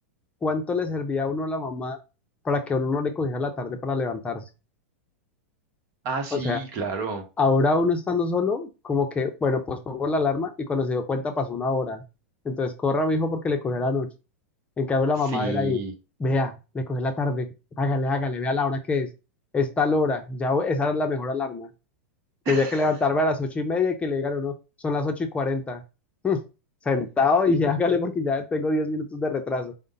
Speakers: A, on the left (about 15°); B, on the right (about 45°).
A: ¿cuánto le servía a uno la mamá para que uno no le cogiera la tarde para levantarse?
B: Ah, sí,
A: O sea,
B: claro.
A: ahora uno estando solo, como que, bueno, pues pongo la alarma y cuando se dio cuenta pasó una hora. Entonces, corra, mijo, porque le cogió la noche. En cambio, la mamá
B: Sí.
A: era ahí, vea, le cogió la tarde, hágale, hágale, vea la hora que es, es tal hora, ya esa era la mejor alarma. Tendría
B: <laughs>
A: que levantarme a las ocho y media y que le digan, no, son las ocho y cuarenta. <laughs> Sentado y hágale porque ya tengo diez minutos de retraso.